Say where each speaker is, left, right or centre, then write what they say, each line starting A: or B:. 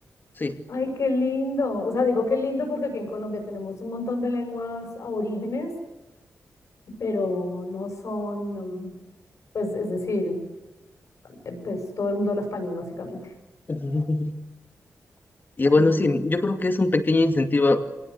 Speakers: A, on the left; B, on the left.
A: Sí.
B: Ay, qué lindo. O sea, digo qué lindo porque aquí en Colombia tenemos un montón de lenguas aborígenes, pero no son, um, pues, es decir, eh, pues todo el mundo habla español básicamente.
A: <laughs> Ujú. Y bueno,
B: Mm,
A: sí, yo creo que es un pequeño incentivo